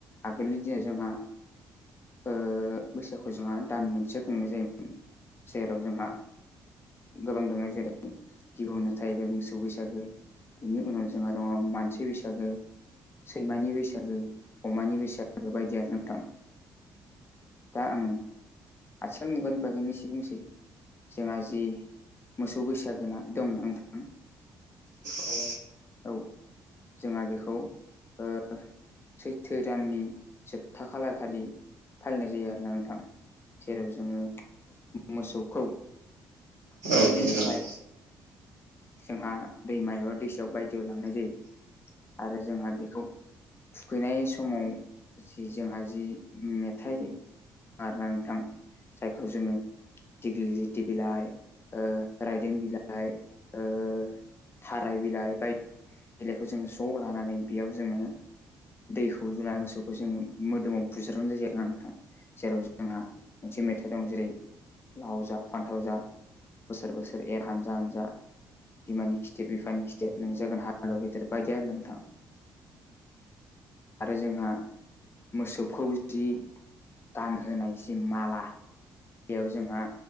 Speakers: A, on the left; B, on the right.
A: आगोलनि दिनाव जोंहा ओ बैसागुखौ जोंहा दान मोनसे खुंनाय जायोमोन। जेराव जोंहा गोबां दोङो जेरै - द गिबियावनो थाहैबाय मोसौ बैसागो बिनि उनाव जोंहा दङ मानसि बैसागो। सैमानि बैसागो अमानि बैसागो बायदि आरोना नोंथां। दा आङो आथिखाल मुगानि बागैनो एसे बुंसै जोंहा जि मोसौ बैसागोना दं नोंथां।
B: औ।
A: औ जोंहा बेखौ ओ सैथो दाननि जोबथा खालार खालि फालिनाय जायो आरोना नोंथां। जेराव जोङो मोसौखौ थुखैनो
B: औ नोंथां।
A: थाखाय जोंहा दैमायाव दैसायाव बायदिआव लांनाय जायो। आरो जोंहा बेखौ थुखैनाय समाव जि जोंहा जि मेथाइ' आरोना नोंथां जायखौ जोङो दिगलि टि बिलाइ ओ रायदों बिलाइ ओ थाराय बिलाइ बायदि बिलाइखौ जों ज' लानानै बेयाव जोङो दैखौ लुना मोसौखौ जोङो मोदोमाव बुजारनाय जायो आरो ना नोंथां। जेराव जोंहा मोनसे मेथाइ दं जेरै लाव जा फान्थाव जा बोसोर बोसोर एर हानजा हानजा बिमानि खिथेर बिफानि खिथेर नों जागोन हालुवा गेदेर बायदि आरोना नोंथां। आरो जोंहा मोसौखौ जि गानहोनाय जि माला बेयाव जोंहा